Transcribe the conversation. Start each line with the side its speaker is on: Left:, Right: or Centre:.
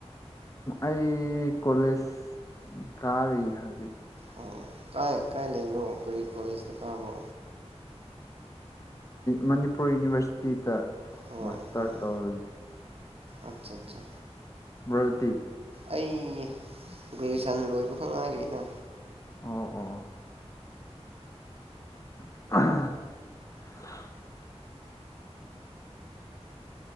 Left: ꯑꯩ ꯀꯣꯂꯦꯖ ꯀꯥꯔꯤ ꯍꯧꯖꯤꯛ
Right: ꯑꯣ ꯀꯥꯏ ꯀꯥꯏ ꯂꯩꯕ꯭ꯔꯣ ꯀꯔꯤ ꯀꯣꯂꯦꯖꯇ ꯀꯥꯕ꯭ꯔꯣ꯫
Left: ꯃꯅꯤꯄꯨꯔ ꯌꯨꯅꯤꯚꯔꯁꯤꯇꯤꯗ꯫
Right: ꯑꯣ
Left: ꯃꯥꯁꯇꯔ
Right: ꯑꯣ
Left: ꯇꯧꯔꯤ
Right: ꯑꯠꯆꯥ ꯑꯠꯆꯥ
Left: ꯕꯔꯗꯤ꯫
Right: ꯑꯩ ꯒ꯭ꯔꯦꯖꯨꯌꯦꯦꯁꯟ ꯂꯣꯏꯕꯈꯛ ꯉꯥꯏꯔꯤꯗ
Left: ꯑꯣ ꯑꯣ <inaudible>